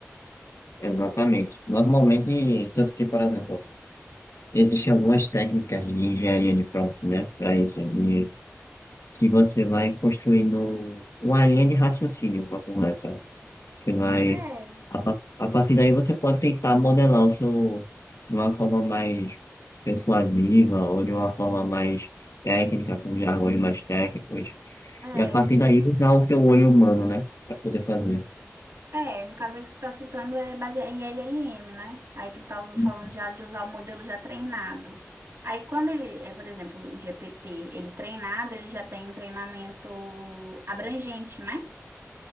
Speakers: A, on the left; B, on the right.
A: Exatamente. Normalmente, tanto que, por exemplo, existem algumas técnicas de engenharia de prompt, né, para isso, de que você vai construindo uma linha de raciocínio com a conversa. Você vai.
B: É.
A: A pa- a partir
B: Acho que
A: daí você pode tentar modelar o seu de uma forma mais persuasiva ou de uma forma mais técnica, com jargões mais técnicos.
B: é,
A: E a partir daí usar o teu olho humano, né? Pra poder fazer.
B: é, no caso que tu tá citando é baseado em LLM, né? Aí tu tá
A: Isso,
B: falando já de usar o modelo já treinado. Aí quando ele, é, por exemplo, o GPT, ele treinado, ele já tem um treinamento abrangente, né?